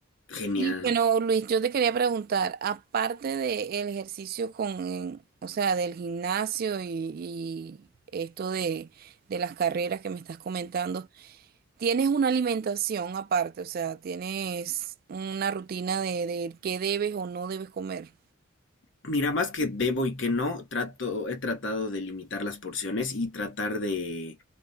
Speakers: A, on the left; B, on the right.
A: Genial.
B: Y bueno, Luis, yo te quería preguntar, aparte del ejercicio con, o sea, del gimnasio y, y esto de, de las carreras que me estás comentando, ¿tienes una alimentación aparte? O sea, ¿tienes una rutina de, de qué debes o no debes comer?
A: Mira, más que debo y que no, trato, he tratado de limitar las porciones y tratar de,